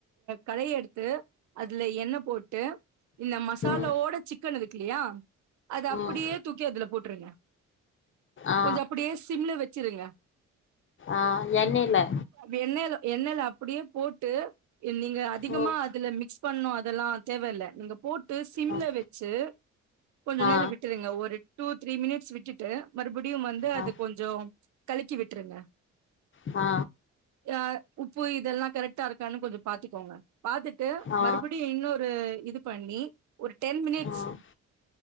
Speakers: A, on the right; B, on the left.
A: கடைய எடுத்து அதுல எண்ணெ போட்டு இந்த மசாலாவோட
B: ம்
A: சிக்கன் இருக்குல்லயா அது அப்டியே
B: ம்
A: தூக்கி அதுல போட்டுருங்க
B: ஆ
A: கொஞ்சோ அப்டியே சிம்ல வெச்சிருங்க
B: ஆ எண்ணெய்ல
A: அப்டி எண்ணெய்ல எண்ணெய்ல அப்டியே போட்டு நீங்க அதிகமா
B: ம்
A: அதுல மிக்ஸ் பண்ணோ அதெல்லா தேவ இல்ல நீங்க போட்டு சிம்ல
B: ம்
A: வெச்சு கொஞ்ச
B: ஆ
A: நேரம் விட்டுருங்க ஒரு டூ த்ரீ மினிட்ஸ் விட்டுட்டு மறுபடியு வந்து
B: ஆ
A: அது கொஞ்சோ கலிக்கி விட்டுருங்க
B: ஆ
A: யா உப்பு இதெல்லா கரெக்டா இருக்கான்னு கொஞ்சோ பாத்துக்கோங்க பாத்து ட்டு
B: ஆ
A: மறுபடியு இன்னோரு இது பண்ணி ஒரு டென் மினிட்ஸ்
B: ம்